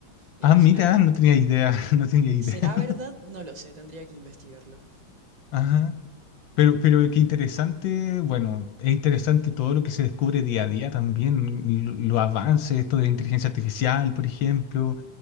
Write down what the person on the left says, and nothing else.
Ah, mira, no tenía idea, <laughs> no tenía idea.
<laughs>
Ajá. Pero, pero qué interesante, bueno, es interesante todo lo que se descubre día a día también, lo- los avances, esto de inteligencia artificial, por ejemplo,